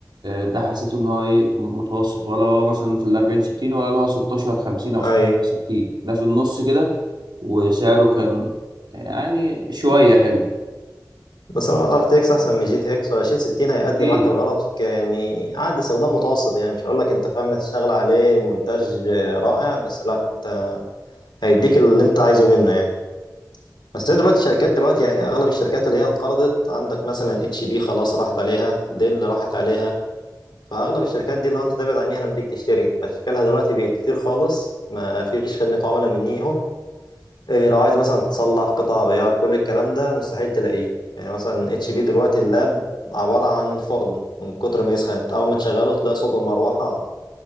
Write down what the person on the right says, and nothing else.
ده حسيته إن هو إيه م- متوسط ولا هو مثلا في ال 40 60 ولا اللي هو 16 50 أو
60 ده في النص كده وسعره كان يعني شوية حلو
أكيد